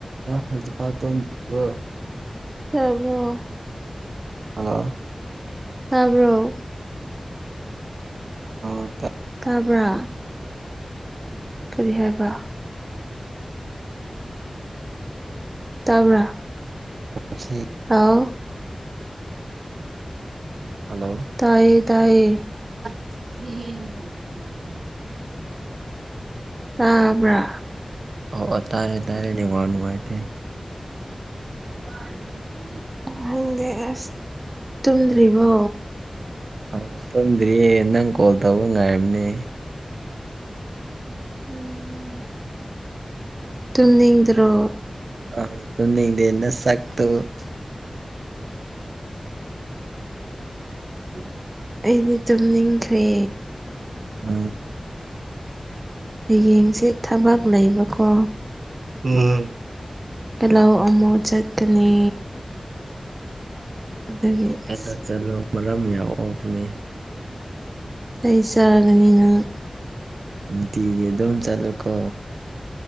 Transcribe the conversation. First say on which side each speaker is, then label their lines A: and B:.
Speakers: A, on the right (about 75°); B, on the right (about 30°).
A: ꯌꯥꯗꯤ ꯄ ꯇꯣ <unintelligible>
B: ꯇꯥꯕ꯭ꯔꯣ
A: ꯍꯜꯂꯣ
B: ꯇꯥꯕꯔꯣ
A: ꯑꯣ ꯇꯥꯏ
B: ꯇꯥꯕ꯭ꯔ ꯀꯔꯤ ꯍꯥꯏꯕ ꯇꯕ꯭ꯔ
A: ꯇꯥꯁꯤ
B: ꯑꯥꯎ
A: ꯍꯜꯂꯣ
B: ꯇꯣꯏꯌꯦ ꯇꯣꯏꯌꯦ
A: <inaudible>
B: ꯇꯥꯕ꯭ꯔꯥ
A: ꯑꯣ ꯑꯣ ꯇꯥꯔꯦ ꯅꯦꯠꯋꯥꯛ ꯅꯨꯡꯉꯥꯏꯇꯦ <inaudible>
B: ꯈꯪꯗꯦ ꯑꯁ ꯇꯨꯝꯗ꯭ꯔꯤꯕꯣ
A: ꯑ ꯇꯨꯝꯗ꯭ꯔꯤꯌꯦ ꯅꯪ ꯀꯣꯜ ꯇꯧꯕ ꯉꯥꯏꯔꯕꯅꯦ
B: ꯎꯝ ꯇꯨꯝꯅꯤꯡꯗ꯭ꯔꯣ
A: ꯑ ꯇꯨꯅꯤꯡꯗꯦꯟꯅ ꯅꯁꯛꯇꯨ ꯎꯝ
B: ꯑꯩꯗꯤ ꯇꯨꯝ ꯅꯤꯡꯈ꯭ꯔꯦ
A: ꯑ
B: ꯍꯌꯦꯡꯁꯦ ꯊꯕꯛ ꯂꯩꯕꯀꯣ
A: ꯎꯝ
B: ꯂꯧ ꯑꯃꯨꯛ ꯆꯠꯀꯅꯤ ꯑꯗꯨꯗꯒꯤ
A: ꯆꯠꯂꯣ
B: ꯑꯁ
A: ꯆꯠꯂꯣ ꯃꯔꯝ ꯌꯥꯎꯛꯑꯣꯛꯄꯅꯤ
B: ꯆꯩ ꯆꯥꯔꯒꯅꯤ ꯅꯪ
A: ꯅꯨꯡꯇꯤꯒꯤ ꯑꯗꯨꯝ ꯆꯠꯂꯨꯀꯣ